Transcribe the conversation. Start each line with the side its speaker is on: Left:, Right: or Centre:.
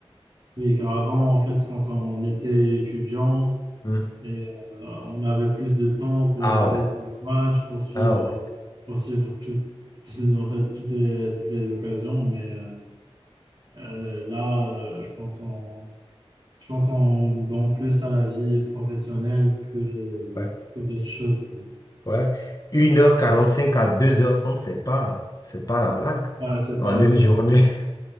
Right: Oui, car avant, en fait, quand on était étudiant,
Left: Hmm.
Right: et, euh, on avait plus de temps pour
Left: Ah
Right: regarder
Left: ouais,
Right: tous les matchs, pour suivre,
Left: ah ouais,
Right: pour suivre tout- <laughs> en fait, toutes les, toutes les occasions. Mais euh, euh, là, euh, je pense qu'on Je pense qu'on donne plus à la vie professionnelle que,
Left: ouais,
Right: que d'autres choses. quoi.
Left: ouais. Une heure quarante-cinq à deux heures trente, c'est pas, c'est pas la blague
Right: Ouais, c'est
Left: en
Right: pas,
Left: une
Right: c'est
Left: journée.
Right: pas,
Left: <laughs>